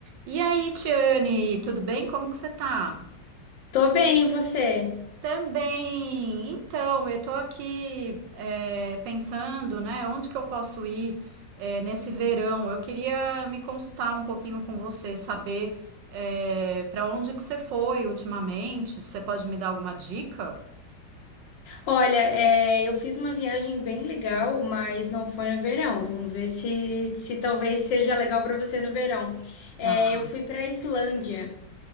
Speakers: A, on the right; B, on the left.
A: E aí, Tiane, tudo bem? Como que você tá?
B: Tô bem, e você?
A: Também. Então, eu tô aqui é, pensando, né, onde que eu posso ir é, nesse verão? Eu queria me consultar um pouquinho com você, saber é, para onde que você foi ultimamente. Você pode me dar alguma dica?
B: Olha, é, eu fiz uma viagem bem legal, mas não foi no verão. Vamos ver se, se talvez seja legal pra você no verão. É,
A: Tá.
B: eu fui pra Islândia,